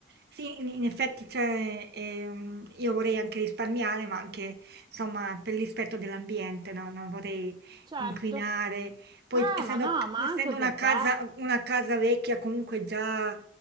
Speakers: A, on the right (about 60°); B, on the right (about 25°).
A: Sì, in in effetti, cioè, ehm, io vorrei anche risparmiare, ma anche, insomma, per il rispetto dell'ambiente, no? Non vorrei
B: Certo.
A: inquinare. Poi,
B: Eh,
A: essendo,
B: ma no, ma
A: essendo
B: anche per
A: una casa,
B: te.
A: una casa vecchia, comunque già,